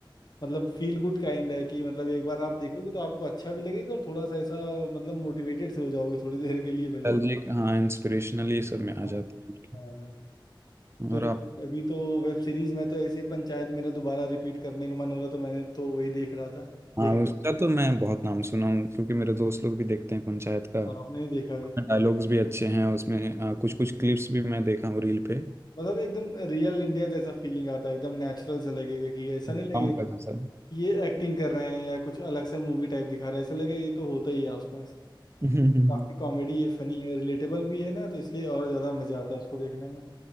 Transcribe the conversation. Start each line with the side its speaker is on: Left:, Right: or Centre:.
Left: मतलब फील गुड काइंड है कि मतलब एक बार आप देखोगे तो आपको अच्छा भी लगेगा और थोड़ा सा ऐसा मतलब मोटिवेटेड से हो जाओगे थोड़ी देर के लिए भले
Right: नॉस्टैल्जिक
Left: ही
Right: हाँ इंस्पिरेशनल ये सब में आ
Left: हाँ
Right: जाते
Left: हाँ।
Right: हैं
Left: तो
Right: और
Left: ये-
Right: आप
Left: अभी तो वेब सीरीज में तो ऐसे पंचायत मेरा दोबारा रिपीट करने का मन हो रहा तो मैंने तो वही देख रहा था
Right: हाँ
Left: देखा
Right: उसका तो मैं बहुत नाम सुना हूँ क्योंकि मेरे दोस्त लोग भी देखते हैं पंचायत का
Left: हाँ, आपने नहीं देखा अभी
Right: डायलॉग्स भी अच्छे हैं उसमें कुछ कुछ क्लिप्स भी मैं देखा हूँ रील पे
Left: मतलब एकदम रियल इंडिया जैसा फीलिंग आता है एकदम नेचुरल सा लगेगा कि ऐसा
Right: गाँव
Left: नहीं लगेगा
Right: का जैसा
Left: ये एक्टिंग कर रहे हैं या कुछ अलग सा मूवी टाइप दिखा रहा है ऐसा लगेगा ये तो होता ही है आसपास
Right: <laughs>
Left: काफी कॉमेडी है फनी है रिलेटेबल भी है ना तो इसलिए और ज्यादा मजा आता है उसको देखने में